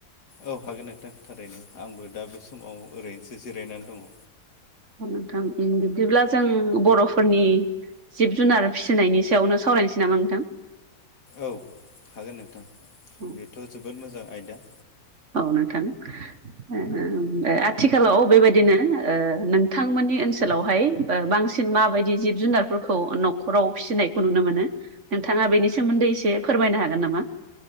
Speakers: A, on the left; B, on the right.
A: औ हागोन नोंथां थारैनो आंबो दा बे समाव ओरैनोसो जिरायनानै दङ।
B: नोंथां बिदिब्ला जों बर'फोरनि जिब जुनार फिसिनायनि सायाव सावरायनोसै नामा नोंथां?
A: औ हागोन नोंथां
B: औ
A: बेथ' जोबोद मोजां आयदा।
B: औ नोंथां आथिखालाव बेबायदिनो ओ नोंथांमोननि ओनसोलावहाय बांसिन माबायदि जिब जुनारफोरखौ न'खराव फिसिनायखौ नुनो मोनो? नोंथाङा बेनि सोमोन्दै एसे फोरमायनो हागोन नामा?